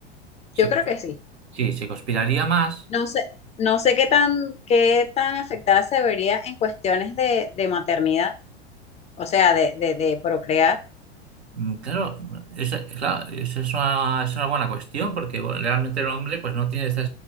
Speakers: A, on the right; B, on the left.
A: Se-
B: Yo creo que sí.
A: sí, se conspiraría más.
B: No sé, no sé qué tan, qué tan afectada se vería en cuestiones de, de maternidad, o sea, de, de, de procrear.
A: Mm, Claro, esa, claro, esa es una, es una buena cuestión, porque bueno, realmente el hombre pues, no tiene esa,